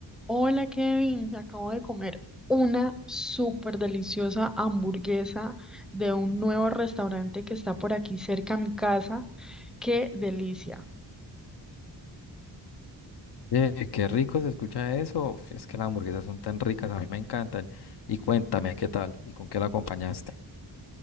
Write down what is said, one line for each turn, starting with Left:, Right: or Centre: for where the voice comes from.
Centre: Hola Kevin, me acabo de comer una súper deliciosa hamburguesa de un nuevo restaurante que está por aquí cerca a mi casa. ¡Qué delicia!
Left: Oye, qué rico se escucha eso. Uf, Es que las hamburguesas son tan ricas, a mí me encantan. Y cuéntame, ¿qué tal? ¿Y con qué la acompañaste?